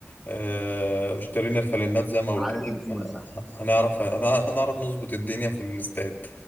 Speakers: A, on the left; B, in the centre.
A: اه اشترينا الفانلات زي ما قلت
B: على
A: لك
B: تليفونه
A: آه،
B: صح
A: هنعرف هنعرف هنعرف نظبط الدنيا في الاستاد